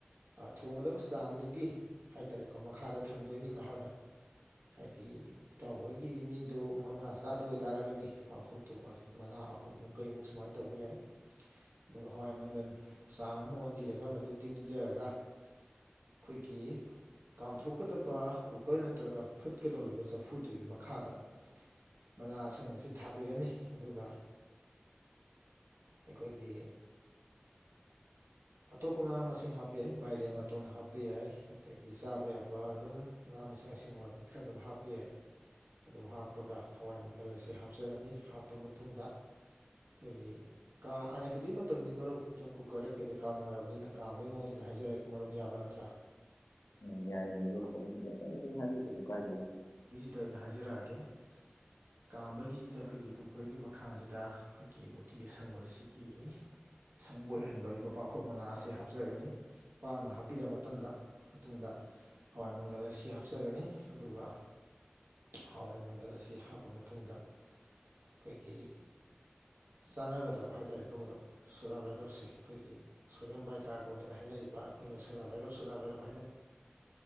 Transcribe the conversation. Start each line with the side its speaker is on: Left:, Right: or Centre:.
Right: ꯊꯣꯡꯒꯗꯕ ꯆꯥꯡꯗꯨꯒꯤ ꯍꯥꯏ ꯇꯔꯦꯀꯣ ꯃꯈꯥꯗ ꯊꯪꯗꯣꯏꯅꯤ ꯃꯍꯥꯛꯅ ꯍꯥꯏꯗꯤ ꯏꯇꯥꯎ ꯍꯣꯏꯒꯤ ꯃꯤꯗꯣ ꯃꯉꯥ ꯆꯥꯗ ꯑꯣꯏꯇꯥꯔꯒꯗꯤ ꯄꯥꯡꯈꯣꯛꯇꯨ ꯃꯅꯥ ꯊꯥ ꯑꯍꯨꯝꯃꯨꯛ ꯀꯩꯃꯨꯛ ꯁꯨꯃꯥꯏꯅ ꯇꯧꯕ ꯌꯥꯏ ꯑꯗꯨꯒ ꯍꯋꯥꯏ ꯃꯪꯒꯜ ꯆꯥꯡ ꯑꯃ ꯑꯣꯟꯕꯤꯔꯒ ꯃꯗꯨ ꯇꯤꯡꯖꯔꯒ ꯑꯩꯈꯣꯏꯒꯤ ꯀꯥꯝꯊꯣꯛꯀꯗꯕ ꯀꯨꯀꯔꯅ ꯅꯠꯇ꯭ꯔꯒ ꯐꯨꯠꯀꯗꯧꯔꯤꯕ ꯆꯐꯨꯗꯨꯒꯤ ꯃꯈꯥꯗ ꯃꯅꯥ ꯑꯁꯪꯕꯁꯤ ꯊꯥꯕꯤꯔꯅꯤ ꯑꯗꯨꯒ ꯑꯩꯈꯣꯏꯒꯤ ꯑꯇꯣꯞꯄ ꯃꯅꯥ ꯃꯁꯤꯡ ꯍꯥꯞꯄ ꯌꯥꯏ ꯃꯥꯏꯔꯦ ꯃꯇꯣꯟ ꯍꯥꯞꯄ ꯌꯥꯏ ꯑꯗꯒꯤ ꯆꯥꯕ ꯌꯥꯕ ꯑꯗꯨꯝ ꯃꯅꯥ ꯃꯁꯤꯡ ꯑꯁꯦꯡꯕ ꯈꯔ ꯑꯗꯨꯝ ꯍꯥꯞꯄ ꯌꯥꯏ ꯑꯗꯨ ꯍꯥꯞꯄꯒ ꯍꯋꯥꯏ ꯃꯪꯒꯜ ꯑꯁꯤꯦ ꯍꯥꯞꯆꯔꯅꯤ ꯍꯥꯞꯄ ꯃꯇꯨꯡꯗ ꯑꯩꯈꯣꯏꯒꯤ ꯀꯥ ꯍꯧꯖꯤꯛ ꯃꯇꯝꯗꯤ ꯃꯔꯨꯞ ꯑꯗꯨꯝ ꯀꯨꯀꯔꯗ ꯀꯩꯗ ꯀꯥꯝꯅꯔꯕꯅꯤꯅ ꯀꯥꯝꯕꯩ ꯃꯑꯣꯡꯁꯤꯅ ꯍꯥꯏꯖꯔꯛꯦꯀꯣ ꯃꯔꯨꯞ ꯌꯥꯕ ꯅꯠꯇ꯭ꯔꯥ
Left: ꯎꯝ ꯌꯥꯏꯕ ꯍꯥꯏꯕꯤ ꯀꯩꯁꯨ ꯀꯥꯏꯗ
Right: ꯑꯗ ꯑꯣꯏꯅ ꯍꯥꯏꯖꯔꯛꯑꯒꯦ ꯀꯥꯝꯕꯒꯤꯁꯤꯗ ꯑꯩꯈꯣꯏꯒꯤ ꯀꯨꯀꯔꯒꯤ ꯃꯈꯥꯁꯤꯗ ꯑꯩꯈꯣꯏꯒꯤ ꯃꯣꯇꯤ ꯑꯁꯪꯕꯁꯤꯒꯤ ꯁꯪꯕꯣꯏ ꯑꯣꯏꯍꯟꯗꯧꯔꯤꯕ ꯄꯥꯡꯈꯣꯛ ꯃꯅꯥ ꯑꯁꯤ ꯍꯥꯞꯆꯒꯅꯤ ꯄꯥꯛꯅ ꯍꯥꯞꯄꯤꯔ ꯃꯇꯝꯗ ꯃꯇꯨꯡꯗ ꯍꯋꯥꯏ ꯃꯪꯒꯜ ꯑꯁꯤ ꯍꯥꯞꯆꯒꯅꯤ ꯑꯗꯨꯒ ꯍꯋꯥꯏ ꯃꯪꯒꯜ ꯑꯁꯤ ꯍꯥꯞꯄ ꯃꯇꯨꯡꯗ ꯑꯩꯈꯣꯏꯒꯤ ꯆꯥꯟꯅꯒꯗꯕ ꯍꯥꯏꯇꯥꯔꯦꯀꯣ ꯃꯔꯨꯞ ꯁꯣꯗꯥ ꯕꯥꯏꯒꯞꯁꯦ ꯑꯩꯈꯣꯏꯒꯤ ꯁꯣꯗꯤꯌꯝ ꯕꯥꯏꯀꯥꯔꯕꯣꯅꯦꯠ ꯍꯥꯏꯅꯔꯤꯕ ꯑꯩꯈꯣꯏꯅ ꯁꯣꯗꯥ ꯕꯥꯏꯒꯞ ꯁꯣꯗꯥ ꯕꯥꯏꯒꯞ